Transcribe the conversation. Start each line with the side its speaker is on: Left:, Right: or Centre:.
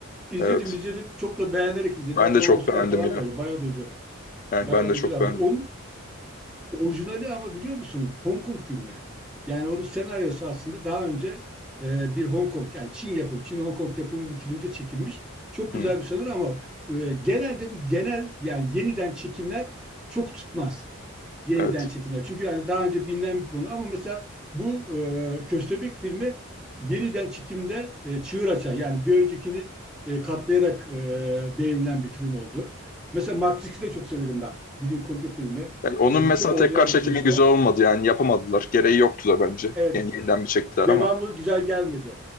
Centre: İzledim
Left: Evet.
Centre: izledim. Çok da beğenerek izledim.
Left: Ben
Centre: Hatta
Left: de çok
Centre: o Oscar
Left: beğendim
Centre: falan
Left: ya.
Centre: da aldı. Bayağı da ödül aldı.
Left: Yani
Centre: Bayağı
Left: ben de
Centre: da ödül
Left: çok
Centre: aldı.
Left: beğendim.
Centre: Onun orijinali ama biliyor musun? Hong Kong filmi. Yani onun senaryosu aslında daha önce e, bir Hong Kong yani Çin yapımı, Çin Hong Kong yapımı bir filmde çekilmiş. Çok
Left: Hmm.
Centre: güzel bir senaryo ama e, genelde bu genel yani yeniden çekimler çok tutmaz. yeniden
Left: Evet.
Centre: çekimler. Çünkü yani daha önce bilinen bir konu ama mesela bu e, Köstebek filmi yeniden çekimde e, çığır açar. Yani bir öncekini e, katlayarak e, beğenilen bir film oldu. Mesela Matrix'i de çok severim ben. Bilim kurgu filmi.
Left: Yani onun
Centre: E,
Left: mesela
Centre: çok orijinal
Left: tekrar çekimi
Centre: bir konusu
Left: güzel
Centre: var.
Left: olmadı yani yapamadılar. Gereği yoktu da bence.
Centre: Evet,
Left: Yani yeniden bir çektiler
Centre: devamı
Left: ama.
Centre: güzel gelmedi.